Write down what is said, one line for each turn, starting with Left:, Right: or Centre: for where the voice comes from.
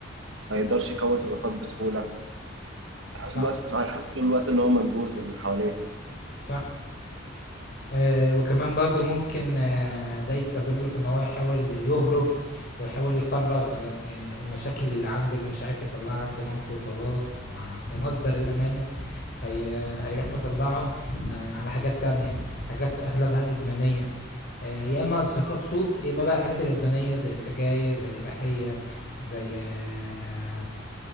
Right: ما يقدرش يكون صداقات بسهوله أنا
Left: صح
Right: حاسس دلوقتي أنا حاسس طول الوقت إن هو منبوذ من اللي حواليه
Left: صح آآ وكمان برضه ممكن آه، ده يتسبب له في إن هو يحاول يهرب، ويحاول يفرّغ آآ المشاكل اللي عنده اللي مش عارف يطلّعها عند مامته وباباه وعند مصدر الأمان، هي هيروح مطلّعه آآ على حاجات تانية، حاجات أغلبها إدمانية، آآ يا إما أصدقاء سوء، يا إما بقى الحاجات الإدمانية زي السجاير، زي الإباحية، زي آه،